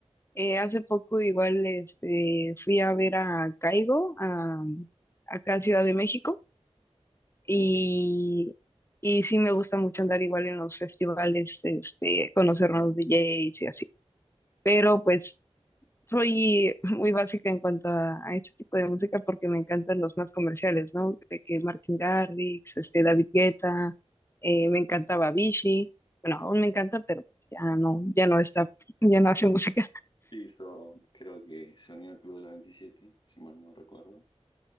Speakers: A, on the left; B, on the left.
A: Eh, hace poco igual este, fui a ver a Caigo, a, acá a Ciudad de México.
B: sí
A: Y, y sí me gusta mucho andar igual en los festivales, este, conocer nuevos DJs y así. Pero pues soy <laughs> muy básica en cuanto a, a este tipo de música porque me encantan los más comerciales, ¿no? De que Martin Garrix, este, David Guetta, eh, me encantaba Avicii. Bueno, aún me encanta, pero pues ya no, ya no está, <laughs> ya no hace música.
B: sí hizo, creo que se unió al Club de la 27 si mal no recuerdo.